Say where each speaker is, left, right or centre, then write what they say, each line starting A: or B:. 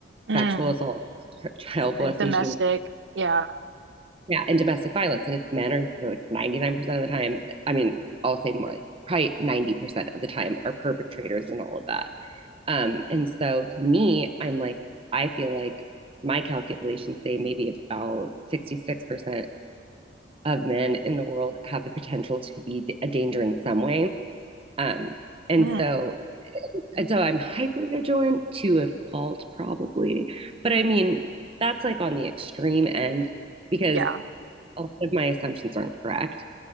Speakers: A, on the right; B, on the right.
A: Mm.
B: sexual assault, child
A: Like
B: molestation,
A: domestic. Yeah.
B: yeah, and domestic violence. And it's men are like 99% of the time. I mean, I'll say more like probably 90% of the time are perpetrators and all of that. Um, and so to me, I'm like, I feel like my calculations say maybe about 66% of men in the world have the potential to be a danger in some way. Um, and
A: Mm-hmm.
B: so and so I'm hyper vigilant to a fault, probably. But I mean, that's like on the extreme end because
A: Yeah.
B: a lot of my assumptions aren't correct.